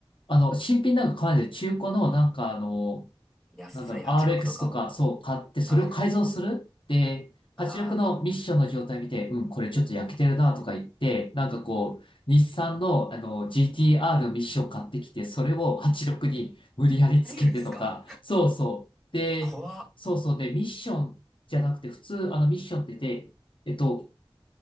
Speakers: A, on the left (about 65°); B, in the centre.
A: あの、新品なんか買わないで中古のなんかあの、
B: 安い86とかを。
A: なんだろう、RX とか、そう、買って、それを改造するで、
B: あー、あー、
A: 86のミッションの状態見て、うん、これちょっと焼けてるなとか言って、なんかこう、日産の、あの、GTR のミッション買ってきて、それを86に無理やりつけてとか、
B: 入るんすか
A: そうそう。で、
B: 怖っ。
A: そうそう。で、ミッションじゃなくて、普通、あの、ミッションってて、えっと、